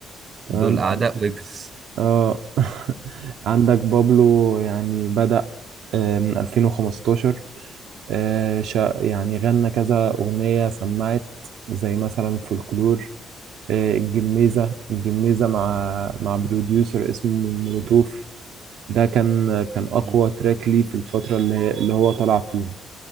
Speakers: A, on the right; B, on the right.
A: تمام
B: دول اعداء ويجز
A: اه <laughs> عندك بابلو يعني بدأ آه، من 2015 آه، شا- يعني غنى كذا أغنية سمعت زي مثلا فولكلور آه، الجميزة الجميزة مع مع بروديوسر اسمه مولوتوف ده كان كان أقوى
B: مم،
A: تراك ليه في الفترة اللي هي- اللي هو طلع فيها